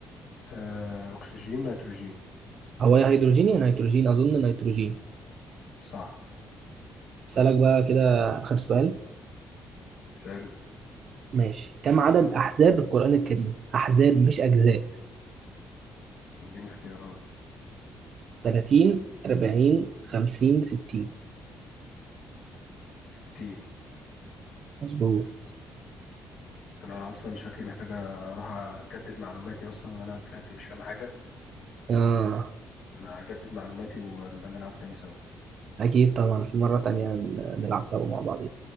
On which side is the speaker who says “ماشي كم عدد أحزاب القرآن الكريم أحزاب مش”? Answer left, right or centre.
Right